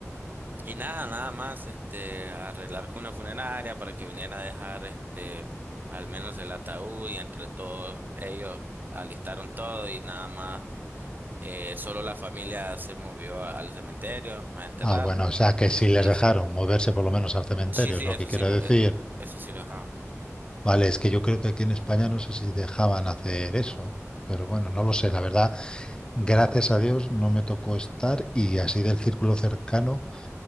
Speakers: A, on the right (about 35°); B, on the left (about 15°).
A: y nada, nada más, este, arreglar con una funeraria para que viniera a dejar este, al menos el ataúd y entre todos ellos alistaron todo y nada más. eh, solo la familia se movió a- al cementerio a enterrarlo
B: Ah, bueno, o sea que
A: y
B: si les
A: listo.
B: dejaron moverse por lo menos al cementerio,
A: Sí, sí,
B: es lo
A: eso
B: que quiero
A: sí lo,
B: decir.
A: eh, eso sí lo dejaba.
B: Vale, es que yo creo que aquí en España no sé si dejaban hacer eso, pero bueno, no lo sé, la verdad. Gracias a Dios no me tocó estar y así del círculo cercano